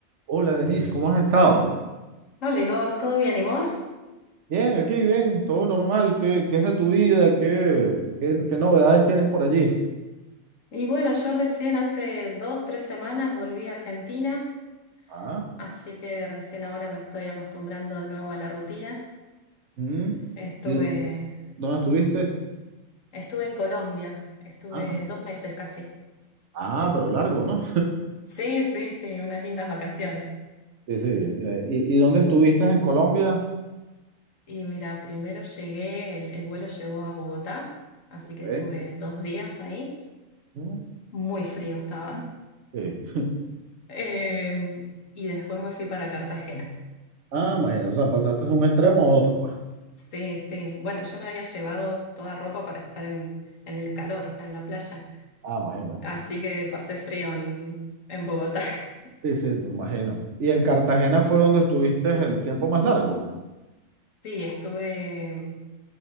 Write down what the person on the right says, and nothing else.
Hola Denise, ¿cómo has estado?
Bien, aquí bien, todo normal. ¿Qué, qué es de tu vida? ¿Qué, qué, qué novedades tienes por allí?
Ah,
¿Mm?
¿y dónde estuviste?
Ah,
ah, pero largo, ¿no?
Sí, sí. eh, ¿y, y dónde estuviste en Colombia?
Ok.
¿Mm?
Sí.
Ah, imagínate, o sea, pasaste de un extremo a otro, pues.
Ah, imagínate.
Sí, sí, me imagino. ¿Y en Cartagena fue donde estuviste el tiempo más largo?